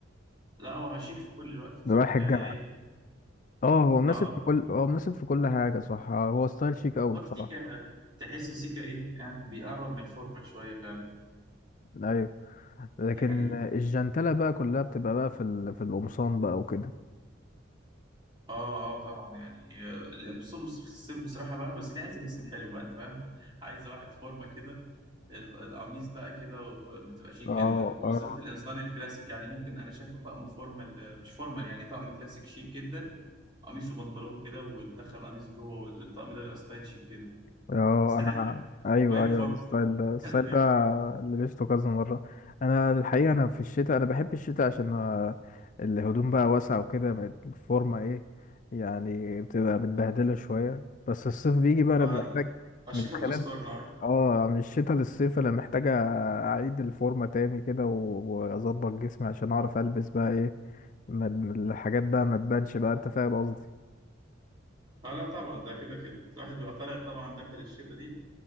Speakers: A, on the right; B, on the left.
A: لا هو شيك في كل الوقت بصراحه
B: ده رايح الجامعة
A: يعني اي
B: اه هو مناسب
A: اه
B: في كل هو مناسب في كل حاجة صح آه، هو ستايل شيك اوي
A: هو
B: بصراحة
A: سيكا تحسه سيكا ايه يعني بيقرب من الفورمال شويه فعلا
B: ايوه لكن
A: دي حقيقة
B: الجنتلة بقى كلها بتبقى بقى في ال... في القمصان بقى وكده
A: اه اه طبعا يعني آه، بس بص- في الصيف بصراحة بقى بس دي عايزة جسم حلو بقى انت فاهم عايزة واحد فورمة كده ال- القميص بقى كده بتبقى شيك
B: اه
A: جدا وبالذات
B: اه
A: الانسان الكلاسيك يعني ممكن انا شايفه طقم فورمال مش فورمال يعني طقم كلاسيك شيك جدا قميص وبنطلون كده وتدخل قميص جوه والطقم ده بيبقى ستايل شيك جدا
B: اه
A: تستحق
B: انا ايوه
A: شويه
B: ايوه
A: فورمه
B: الستايل ده
A: <laughs>
B: الستايل
A: فاهم
B: ده لبسته كذا مره انا الحقيقه انا في الشتاء انا بحب الشتاء عشان آه، الهدوم بقى واسعه وكده الفورمه ايه يعني بتبقى متبهدله شويه بس الصيف بيجي بقى انا
A: اه
B: بحتاج
A: لا الشتا
B: من
A: بتسترنا
B: خلال
A: اه
B: اه من الشتاء للصيف انا محتاج اعيد الفورمه تاني كده و- واظبط جسمي عشان اعرف البس بقى ايه ما الحاجات بقى ما تبانش بقى انت فاهم قصدي
A: آه، لا طبعا ده كده كده الواحد بيبقى طالع طبعا داخل الشتا دي